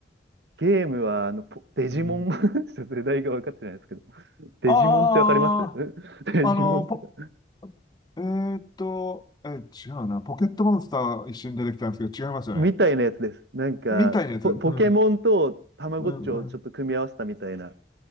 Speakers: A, on the right (about 70°); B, on the left (about 25°).
A: ゲームは、あの、ポデジモン
B: ん、
A: <laughs> ちょっと世代が分かってないですけど、デジモンってわかります
B: あ
A: <laughs> デジモンとか。
B: あ、あの、ポ、えーっと、え、違うな。ポケットモンスター一瞬出てきたんですけど、違いますよね。
A: みたいなやつです。なんか、
B: みたいなやつ。
A: ポ、
B: うん。
A: ポケモンとたまごっちをちょっと組み合わせたみたいな
B: うん、うん。